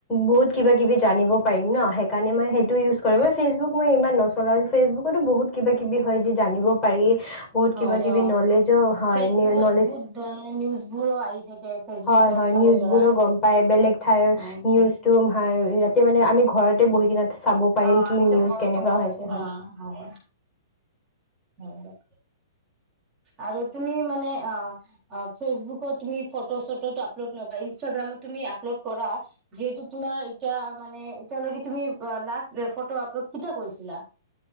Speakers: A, on the left (about 15°); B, on the right (about 20°).
A: বহুত কিবা কিবি জানিব পাৰিম ন', সেইকাৰণে মই সেইটো ইউজ কৰিম। ফেচবুক মই ইমান নচলাওঁ, ফেচবুকতো বহুত কিবা-কিবি। কি বিষয় যি জানিব পাৰি। বহুত
B: হয়
A: কিবা-কিবি
B: অ',
A: নলেজো হয়।
B: ফেচবুকত
A: ন- নলেজ।
B: বহুত ধৰণৰ নিউজ বোৰো আহি থাকে ফেচবুকৰ
A: হয়, হয়।
B: ফালৰ
A: নিউজবোৰো
B: পৰা
A: গম পায়, বেলেগ ঠাইৰ,
B: অ',
A: নিউজটো। হয়, ইয়াতে মানে আমি ঘৰতে বহি কিনে। চাব পাৰিম
B: অ',
A: কি
B: আমিতো
A: নিউজ
B: ঘৰত
A: কেনেকুৱা
B: বহি থাকোঁ,
A: হৈছে হয়
B: অ', হয়। হয়, হয়, আৰু তুমি মানে অ', অ', ফেচবুকত তুমি ফটো-চটো ত‌' আপলোড নকৰা। ইনষ্টাগ্ৰামত তুমি আপলোড কৰা, যিহেতু তোমাৰ এতিয়া মানে এতিয়ালৈকে তুমি পা লাষ্ট ফটো‌ আপলোড কেতিয়া কৰিছিলা?